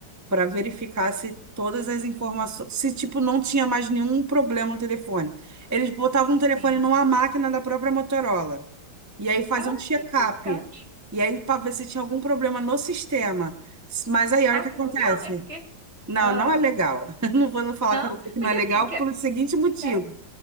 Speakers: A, on the right; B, on the right.
A: para verificar se todas as informações, se tipo não tinha mais nenhum problema no telefone. Eles botavam o telefone
B: sim.
A: numa máquina da própria Motorola. E aí faziam
B: Ah,
A: um check-up.
B: que interessante.
A: E aí para ver se tinha algum problema no sistema. Mas aí olha
B: Ah,
A: o que
B: que
A: acontece.
B: legal, né? Porque.
A: Não,
B: Ah,
A: não é legal. <laughs> Eu Não vou falar
B: não?
A: com você que não
B: Porque
A: é legal
B: assim, que...
A: por o seguinte motivo.
B: sério,